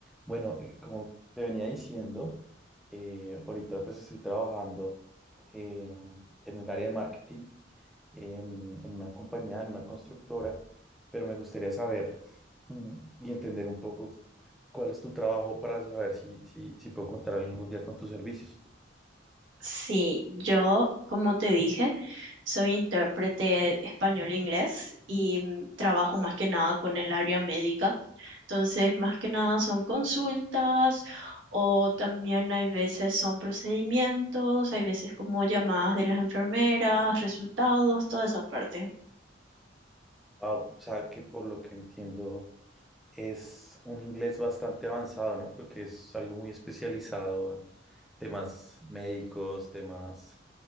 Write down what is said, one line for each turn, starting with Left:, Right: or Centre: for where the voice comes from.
Centre: Bueno, eh, como te venía diciendo, eh, ahorita pues estoy trabajando eh, en el área de marketing en, en una compañía, en una constructora, pero me gustaría saber mm, y entender un poco cuál es tu trabajo para saber si, si, si puedo contar algún día con tus servicios.
Right: Sí, yo, como te dije, soy intérprete español-inglés y mm, trabajo más que nada con el área médica. Entonces, más que nada son consultas o también hay veces son procedimientos, hay veces como llamadas de las enfermeras, resultados, toda esa parte.
Centre: Wow, o sea que por lo que entiendo es un inglés bastante avanzado, ¿no? Porque es algo muy especializado, temas médicos, temas